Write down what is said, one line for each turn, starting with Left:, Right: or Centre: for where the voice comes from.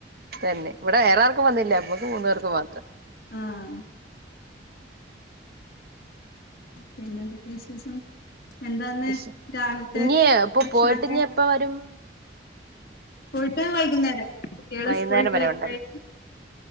Right: തന്നെ. വടെ വേറെ ആർക്കും വന്നില്ല. മ്മക്ക് മൂന്നാർക്കും മാത്രം.
Left: ആഹ് പിന്നെ എന്തൊക്കെ വിശേഷം എന്താന്ന്
Right: എശ്ശ.
Left: രാവിലത്തെ
Right: ഇ ഞ്ഞഞ്ഞിയെ പ്പൊ
Left: ഭക്ഷണൊക്കെ
Right: പോയിട്ട് ഞ്ഞി എപ്പ വരും?
Left: പോയിട്ട് വൈകുന്നേരം. കുട്ടികള്
Right: വൈകുന്നേരം
Left: സ്കൂളിട്ട്
Right: വരെ
Left: വരുമ്പോഴേക്കും
Right: ഒണ്ടല്ലെ.